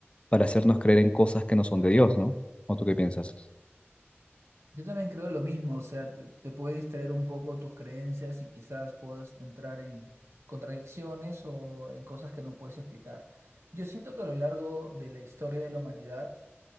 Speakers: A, on the left; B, on the right.
A: para hacernos creer en cosas que no son de Dios, ¿no? ¿O tú qué piensas?
B: Yo también creo lo mismo, o sea, te, te puede distraer un poco tus creencias y quizás puedas entrar en contradicciones o en cosas que no puedes explicar. Yo siento que a lo largo de la historia de la humanidad